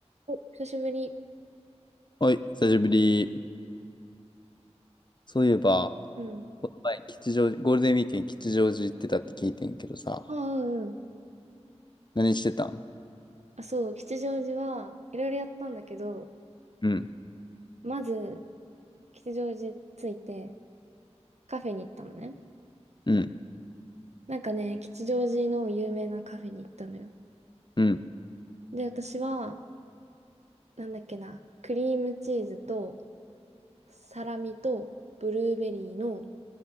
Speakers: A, on the right; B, on the left.
A: お、久しぶり。
B: はい、久しぶり。そういえば、
A: うん。
B: この前、吉祥寺、ゴールデンウィークに吉祥寺行ってたって聞いてんけどさ、
A: あ、うんうん。
B: 何してたん
A: あ、そう、吉祥寺はいろいろやったんだけど、
B: うん、
A: まず、吉祥寺着いてカフェに行ったのね。
B: うん、
A: なんかね、吉祥寺の有名なカフェに行ったのよ。
B: うん、
A: で、私は、なんだっけな、クリームチーズとサラミとブルーベリーの